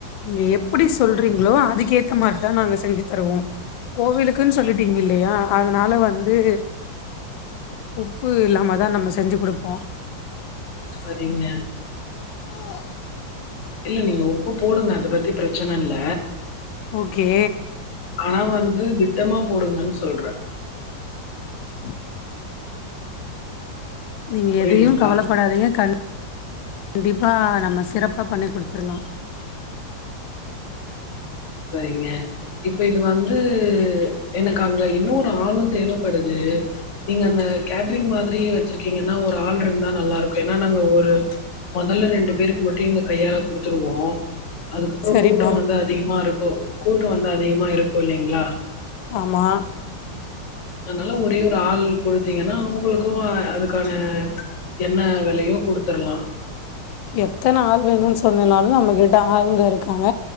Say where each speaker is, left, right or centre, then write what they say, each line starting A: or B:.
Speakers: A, on the left; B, on the left.
A: நீங்க எப்டி சொல்றீங்களோ அதுக்கேத்த மாரிதா நாங்க செஞ்சு தருவோம் கோவிலுக்குனு சொல்லிட்டீங்க இல்லயா அதனால வந்து உப்பு இல்லாம தா நம்ம செஞ்சு குடுப்போ
B: சரிங்க
A: உஹ்ஹ்
B: இல்ல நீங்க உப்பு போடுங்க அத பத்தி பிரச்சன இல்ல
A: ஓகே
B: ஆனா வந்து திட்டமா போடுங்கன் சொல்ற
A: <inaudible> நீங்க
B: புரியுதுங்களா
A: எதையு கவலபடாதீங்க கண்டிப்பா நம்ம சிறப்பா பண்ணி குடுத்துறலாம்
B: சரிங்க இப்ப இது வந்து எனக்கு அங்க இன்னொரு ஆளும் தேவப்படுது நீங்க அந்த கேட்ரிங் மாதிரி வச்சிருக்கீங்கன்னா ஒரு ஆள்ருந்தா நல்லாருக்கும் ஏன்னா நாங்க ஒரு மொதல்ல ரெண்டு பேருக்கு மட்டும் எங்க கையால குடுத்துருவோ அதுக்கப்பறம்
A: சரிப்பா
B: கூட்டம் வந்து அதிகமா இருக்கும் கூட்டம் வந்து அதிகமா இருக்கும் இல்லிங்களா
A: ஆமா
B: அதனால ஒரே ஒரு ஆள் குடுத்தீங்கன்னா அவுங்களுக்கும் அதுக்கான என்ன வெலையோ குடுத்துற்லாம்
A: எத்தன ஆள் வேணும்னு சொன்னாலும் நம்மகிட்ட ஆளுங்க இருக்காங்க